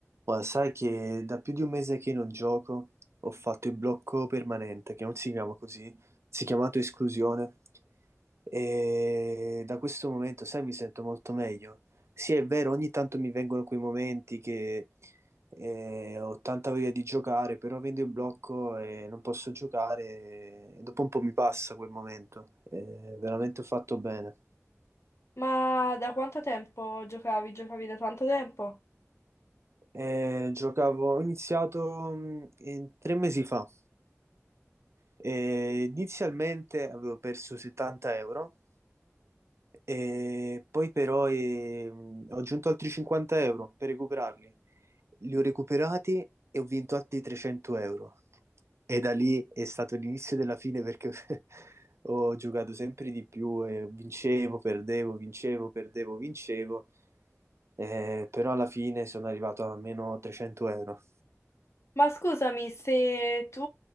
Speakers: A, on the right (about 60°); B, on the left (about 60°).
A: Ma sai che da più di un mese che non gioco ho fatto il blocco permanente, che non si chiama così, si è chiamato esclusione. E da questo momento, sai, mi sento molto meglio. Sì, è vero, ogni tanto mi vengono quei momenti che eh, ho tanta voglia di giocare, però avendo il blocco e non posso giocare, e dopo un po' mi passa quel momento. Eh, veramente ho fatto bene.
B: Ma da quanto tempo giocavi? Giocavi da tanto tempo?
A: Eh, giocavo, ho iniziato mh, eh, tre mesi fa. Eh, inizialmente avevo perso 70 euro e poi però ehm, ho aggiunto altri 50 euro per recuperarli. Li ho recuperati e ho vinto altri 300 euro. E da lì è stato l'inizio della fine perché <laughs> ho giocato sempre di più e vincevo, perdevo, vincevo, perdevo, vincevo. Eh, però alla fine sono arrivato a meno 300 euro
B: Ma scusami, se tu